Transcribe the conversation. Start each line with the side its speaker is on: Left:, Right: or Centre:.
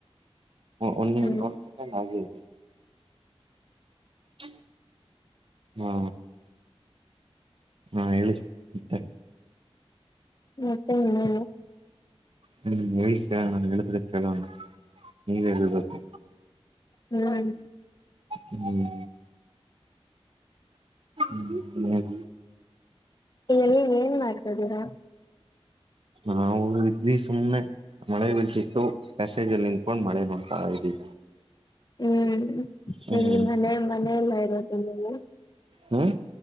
Right: ಒಂದ್
Left: ಹ್ಮ್
Right: ಒಂದ್ ಸೆಕೆಂಡ್ ಹಾಗೆ ಇರಿ ಹ್ಮ ಹಾ ಹೇಳಿ ಮತ್ತೆ
Left: ಮತ್ತೆ ಇನ್ನೇನು
Right: ಹ್ಮ್ ಹೇಳಿ ಕೇಳೋಣ ನೀವ್ ಹೇಳಿದ್ರೆ ಕೇಳೋಣ ನೀವೆ ಹೇಳ್ಬೇಕು
Left: ಹ್ಮ್
Right: ಹ್ಮ ಇನ್ನೇನು
Left: ಏನ್ ಮಾಡ್ತಿದ್ದೀರಾ
Right: ನಾವು ಇದ್ವಿ ಸುಮ್ಮನೆ ಮಳೆ ಬೀಳ್ತಿತ್ತು ಪ್ಯಸೇಜ್ ಅಲ್ಲಿ ನಿಂತ್ಕೊಂಡು ಮಳೆ ನೋಡ್ತಾ ಇದವಿ
Left: ಹ್ಮ್
Right: ಹ್ಮ್
Left: ಎಲ್ಲಿ ಮನೆ ಮನೆಯಲ್ಲಾ ಇರೋದು ನೀವು
Right: ಹ್ಮ್